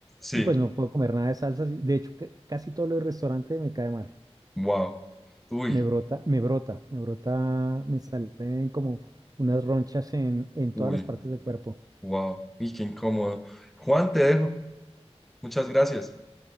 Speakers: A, in the centre; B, on the right (about 35°).
A: Sí,
B: y pues no puedo comer nada de salsas. y De hecho, ca- casi todo lo del restaurante me cae mal.
A: wow. Uy,
B: Me brota, me brota, me brota, me salen como unas ronchas en, en
A: uy,
B: todas las partes del cuerpo.
A: wow. Y qué incómodo. Juan, te dejo. Muchas gracias.